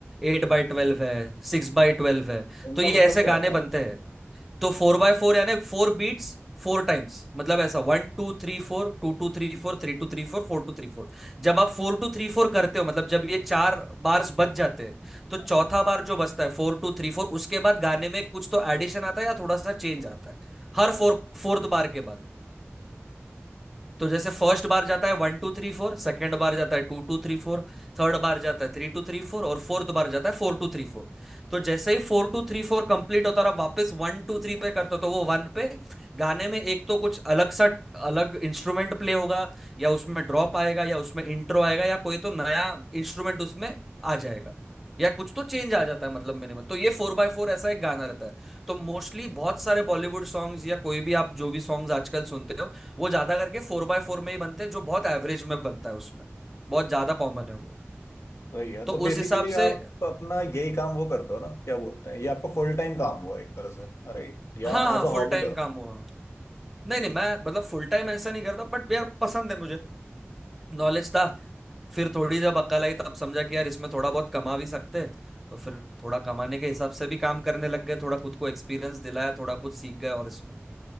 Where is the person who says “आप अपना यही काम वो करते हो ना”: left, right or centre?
Left